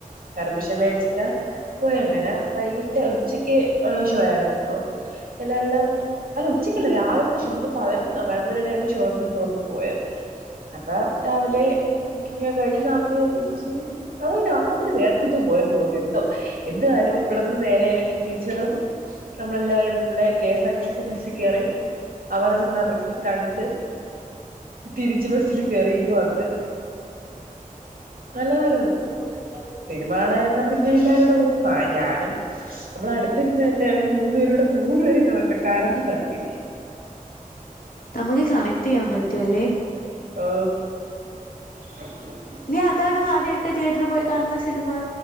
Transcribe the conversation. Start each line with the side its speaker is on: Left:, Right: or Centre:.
Right: പെർമിഷൻ മേടിച്ചൊക്കെ പോയി, അങ്ങനെ വൈകിട്ട് ഉച്ചക്ക് ഒള്ള ഷ് ഷോ ആരുന്നു ഇപ്പം എല്ലാവരുടെ അല്ല ഉച്ചക്കല്ല രാവിലത്തെ ഷോ മ്മള് പതിന്ന് പതിനൊന്നരയുടെ എന്റെ ഷോന്ന് എന്തോന്നും പോയെ, അപ്പോ രാവിലെ കുക്കിങ്ങക്കെ കഴിഞ്ഞ് കാപ്പിയ കുടിച്ച് അത് രാവിലെ നേർത്തെ എന്തും പോയെന്ന് തോന്നുന്നു എന്തോ എന്തായാലും ഇവിടെന്ന് നേരെ ടീച്ചറും നമ്മളെല്ലാരോടും ഇവിടെ K S R T C ബസ്സി കേറി, അവിടെ ചെന്ന് എറങ്ങി കണ്ട് തിരിച്ച് ബസ്സിൽ കേറി ഇങ്ങ് വന്ന് നല്ലതാർന്നു, സിനിമ കാണാനിർന്ന പിന്നെ എല്ലാരുടെ പ ഞാനും നമ്മള അടുത്തിര് ഇത് കണ്ടായിണ്ട് മൂന്ന്പേരും കൂടെ മൂന്ന് പേരും കണക്കെ കരഞ്ഞു തള്ളി.
Left: നമുക്ക് കണക്ട് ചെയ്യാൻ പറ്റുവല്ലെ.
Right: ഓ <unintelligible>
Left: നീ അതാണോ ആദ്യായിട്ട് തിയേറ്ററി പോയി കാണുന്ന സിനിമ.